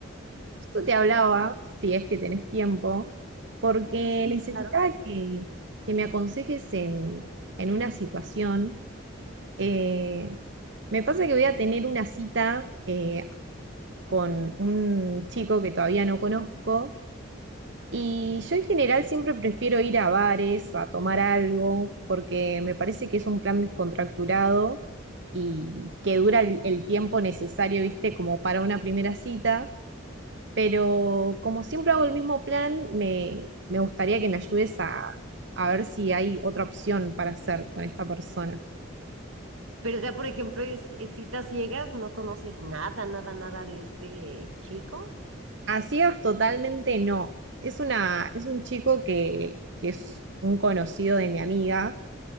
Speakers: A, on the right; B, on the right.
A: justo te hablaba, si es que tenés tiempo, porque
B: sí,
A: necesitaba
B: claro.
A: que, que me aconsejes en, en una situación. Eh, me pasa que voy a tener una cita eh, con un chico que todavía no conozco Y yo en general siempre prefiero ir a bares, a tomar algo, porque me parece que es un plan descontracturado y que dura el, el tiempo necesario, viste, como para una primera cita. Pero como siempre hago el mismo plan, me, me gustaría que me ayudes a, a ver si hay otra opción para hacer con esta persona.
B: Pero o sea, por ejemplo, es, es citas ciegas, no conoces nada, nada, nada de este chico.
A: A ciegas totalmente no. Es una, es un chico que, que es un conocido de mi amiga